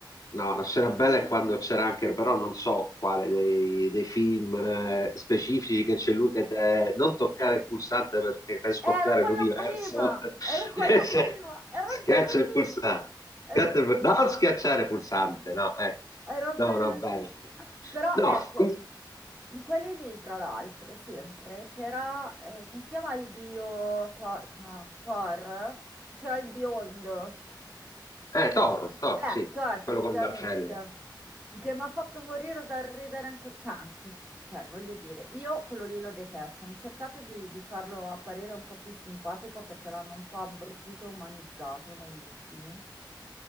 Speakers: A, on the left; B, on the right.
A: no, la scena bella è quando c'era anche, però non so quale dei, dei film eh, specifici che c'è lui che deve non toccare il pulsante perché fai scoppiare
B: Era quello
A: l'universo.
B: prima, era
A: <laughs>
B: quello
A: Se-
B: prima, era
A: Schiaccia
B: bellissimo,
A: il pulsante.
B: era
A: Schiaccia
B: bellissimo.
A: il pul- Non schiacciare il pulsante, no, eh.
B: Era
A: No,
B: bellissimo.
A: no, bello.
B: Però
A: No,
B: ecco,
A: que-
B: in quelli lì, tra l'altro, sempre c'era, eh, come si chiama il dio Thor? No, Thor? Che c'era il biondo.
A: eh, Thor, Thor,
B: Eh,
A: sì,
B: Thor praticamente.
A: quello col martello.
B: Che mi ha fatto morire dal ridere anche, cioè, anche lì, cioè, voglio dire, io quello lì lo detesto. Hanno cercato di, di farlo apparire un po' più simpatico perché l'hanno un po' abbruttito, umanizzato negli ultimi.